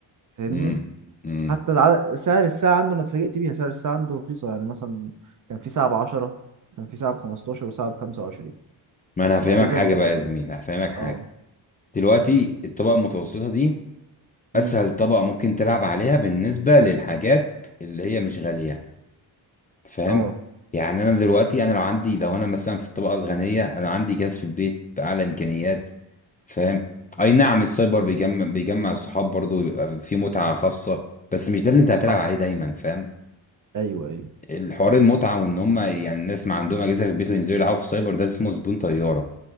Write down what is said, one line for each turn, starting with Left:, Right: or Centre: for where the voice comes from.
Right: فاهمني
Left: امم امم
Right: حتى الع- سعر الساعة عنده أنا اتفاجئت بيها سعر الساعة عنده رخيصة يعني مثلا كان في ساعة بعشرة كان في ساعة بخمستاشر وساعة بخمسة وعشرين،
Left: ما انا هفهمك
Right: الأجهزة
Left: حاجة
Right: اللي
Left: بقى
Right: كانت
Left: يا زميلي هفهمك حاجة
Right: اه
Left: دلوقتي الطبقة المتوسطة دي اسهل
Right: امم
Left: طبقة ممكن تلعب عليها بالنسبة للحاجات اللي هي مش غالية فاهم
Right: اه
Left: يعني انا دلوقتي انا لو عندي لو انا مثلا في الطبقة الغنية انا عندي جهاز في البيت بأعلى امكانيات فاهم اي نعم السايبر بيجمع بيجمع الصحاب برضه ويبقى في متعة خاصة بس مش ده اللي انت هتلعب
Right: حصل
Left: عليه دايما فاهم
Right: أيوه أيوه
Left: الحوار المتعه وان هم يعني الناس ما عندهم اجهزه في البيت وينزلوا يلعبوا في السايبر ده اسمه زبون طياره